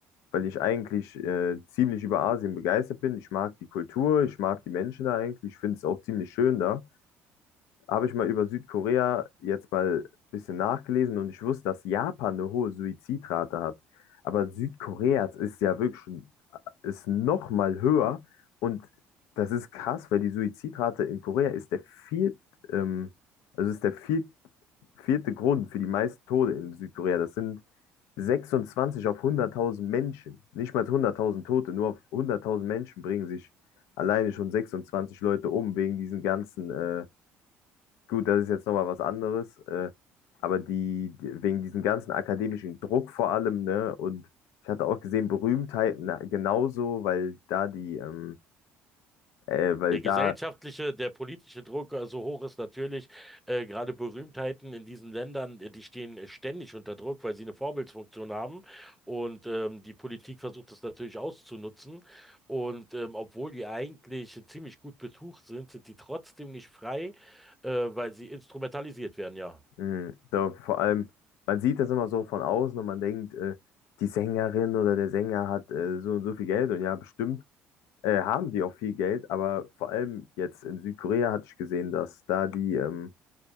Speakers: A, on the left; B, in the centre.
A: weil ich eigentlich äh, ziemlich über Asien begeistert bin. Ich mag die Kultur, ich mag die Menschen da eigentlich, ich finde es auch ziemlich schön da. Habe ich mal über Südkorea jetzt mal ein bisschen nachgelesen und ich wusste, dass Japan eine hohe Suizidrate hat. Aber Südkorea ist ja wirklich schon, ist noch mal höher und das ist krass, weil die Suizidrate in Korea ist der viert, ähm, also ist der viert vierte Grund für die meisten Tode in Südkorea. Das sind 26 auf 100.000 Menschen. Nicht mal 100.000 Tote, nur auf 100.000 Menschen bringen sich alleine schon 26 Leute um wegen diesen ganzen, äh, gut, das ist jetzt nochmal was anderes, äh, aber die, die, wegen diesen ganzen akademischen Druck vor allem, ne? Und ich hatte auch gesehen, Berühmtheiten genauso, weil da die, ähm, äh, weil
B: Der
A: da
B: gesellschaftliche, der politische Druck äh, so hoch ist natürlich, äh, gerade Berühmtheiten in diesen Ländern, äh, die stehen äh, ständig unter Druck, weil sie eine Vorbildsfunktion haben und ähm, die Politik versucht das natürlich auszunutzen und ähm, obwohl die eigentlich ziemlich gut betucht sind, sind die trotzdem nicht frei, äh, weil sie instrumentalisiert werden, ja.
A: Mhm. Da, vor allem, man sieht das immer so von außen und man denkt, äh, die Sängerin oder der Sänger hat äh, so und so viel Geld und ja, bestimmt äh, haben die auch viel Geld, aber vor allem jetzt in Südkorea hatte ich gesehen, dass da die, ähm,